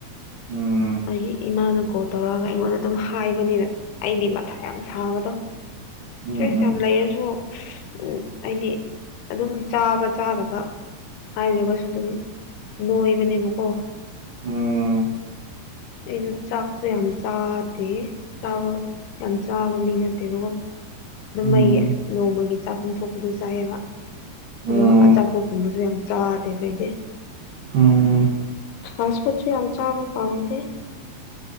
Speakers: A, on the right; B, on the left.
A: ꯑꯝ
B: ꯑꯩꯒꯤ ꯏꯃꯥꯅ ꯀꯣꯜ ꯇꯧꯔꯛꯑꯒ ꯑꯩꯉꯣꯟꯗ ꯑꯗꯨꯝ ꯍꯥꯏꯕꯅꯤꯅ ꯑꯩꯗꯤ ꯃꯊꯥ ꯌꯥꯝ ꯁꯥꯕꯗꯣ ꯁꯇ꯭ꯔꯦꯁ
A: ꯎꯝ ꯎꯝ
B: ꯌꯥꯝ ꯂꯩꯔꯁꯨ ꯎꯝ ꯑꯩꯗꯤ ꯑꯗꯨꯝ ꯆꯥꯕ ꯆꯥꯗꯕ ꯍꯥꯏꯗ꯭ꯔꯒꯁꯨ ꯑꯗꯨꯝ ꯅꯣꯏꯕꯅꯦꯕꯀꯣ
A: ꯎꯝ
B: ꯑꯩꯗꯣ ꯆꯥꯥꯛꯇꯣ ꯌꯥꯝ ꯆꯥꯗꯦ ꯆꯥꯕ ꯌꯥꯝ ꯆꯥꯕ ꯃꯤ ꯅꯠꯇꯦꯕꯀꯣ ꯑꯗꯨꯝ
A: ꯎꯝ
B: ꯑꯩꯒꯤ ꯅꯣꯡꯃꯒꯤ ꯆꯥꯐꯝ ꯊꯣꯛꯄꯗꯣ ꯆꯥꯏꯑꯦꯕ
A: ꯎꯝ
B: ꯑꯗꯨꯒ ꯑꯆꯥꯄꯣꯠꯀꯨꯝꯕꯁꯨ ꯌꯥꯝ ꯆꯗꯦꯕ ꯑꯩꯗꯤ
A: ꯎꯝ ꯎꯝ
B: ꯐꯥꯁꯐꯨꯠꯁꯨ ꯌꯥꯝ ꯆꯥꯕ ꯄꯝꯗꯦ